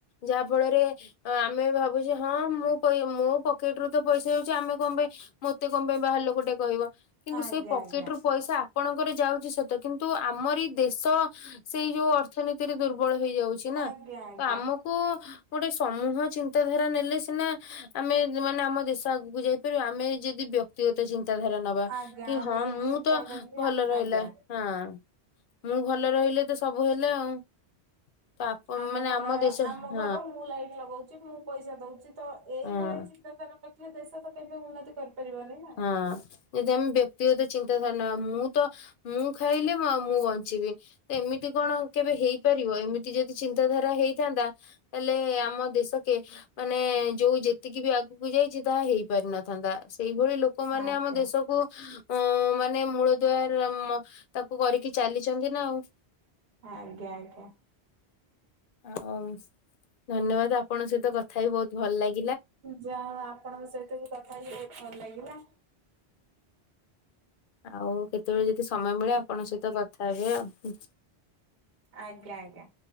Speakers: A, on the left; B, on the right.
A: ଯାହା ଫଳରେ ତ ଆମେ ଭାବୁଚୁ ହଁ, ମୋ ପାଇଁ, ମୋ ପକେଟ୍ ରୁ ତ ପଇସା ଯାଉଚି, ଆମେ କଁ ପାଇଁ ମତେ କଣ ପାଇଁ ବାହାର ଲୋକ ଟେ କହିବ କିନ୍ତୁ
B: ଆଜ୍ଞା
A: ସେଇ ପକେଟ୍
B: ଆଜ୍ଞା।
A: ରୁ ପଇସା ଆପଣଙ୍କର ଯାଉ ସତ କିନ୍ତୁ ଆମରି ଦେଶ ସେଇ ଯୋଉ ଅର୍ଥନୀତିରେ ଦୁର୍ବଳ ହେଇଯାଉଚି। ନା,
B: ଆଜ୍ଞା ଆଜ୍ଞା
A: ତ ଆମକୁ ଗୋଟେ ସମୂହ ଚିନ୍ତାଧାରା ନେଲେ ସିନା ଆମେ ମାନେ ଆମ ଦେଶ ଆଗକୁ ଯାଇପାରିବ, ଆମେ ଯଦି ବ୍ୟକ୍ତିଗତ ଚିନ୍ତାଧାରା ନବା,
B: ଆଜ୍ଞା
A: କି
B: ଆମେ
A: ହଁ
B: ଯଦି
A: ମୁଁ ତ
B: କହିବା କି
A: ଭଲ ରହିଲା।
B: ଆଜ୍ଞା
A: ହଁ, ମୁଁ ଭଲ ରହିଲେ ତ, ସବୁ ହେଲା ଆଉ। ତ ଆପ
B: ଆମ
A: ମାନେ
B: ଘର,
A: ଦେଶ
B: ଆମ
A: ହଁ
B: ଘରେ ମୁଁ ଲାଇଟ ଲଗଉ ଚି, ମୁଁ ପଇସା ଦଉଚି, ତ ଏଇଭଳିଆ
A: ହଁ
B: ଚିନ୍ତାଧାରା ରଖିଲେ ଦେଶ ତ କେବେ ଉନ୍ନତି କରିପାରିବନି ନା
A: ହଁ, ଏ ଯେମିତି ବ୍ୟକ୍ତିଗତ ଚିନ୍ତାଧାରଣା, ମୁଁ ତ ମୁଁ ଖାଇଲେ ମୁଁ ବଞ୍ଚିବି, ତ ଏମିତି କଣ କେବେ ହେଇ ପାରିବ, ଏମିତି ଯଦି ଚିନ୍ତାଧାରା ହେଇଥାନ୍ତା, ତାହେଲେ ଆମ ଦେଶ କେ ମାନେ ଯୋଉ ଯେତିକି ବି ଆଗକୁ ଯାଇଚି, ତାହା ହେଇପାରିନଥାନ୍ତା, ସେଇ ଏଭଳି ଲୋକମାନେ
B: ଆଜ୍ଞା ଆଜ୍ଞା
A: ଆମ ଦେଶକୁ ଅ ମାନେ ମୂଳଦୁଆର ତାକୁ କରିକି ଚାଲିଚନ୍ତି ନା ଆଉ।
B: ଆଜ୍ଞା ଆଜ୍ଞା।
A: ଆଉ, ଧନ୍ୟବାଦ ଆପଣଙ୍କ ସହିତ କଥା ବି ବହୁତ ଭଲ ଲାଗେ
B: ଯା ହଉ, ଆପଣଙ୍କ ସହିତ ବି କଥା ହେଇି ବହୁତ ଭଲ ଲାଗିଲା।
A: ଆଉ କେତେବେଳେ ଯଦି ସମୟ ମିଳେ, ଆପଣଙ୍କ ସହିତ କଥା ହେବେ ଆଉ।
B: ଆଜ୍ଞା ଆଜ୍ଞା।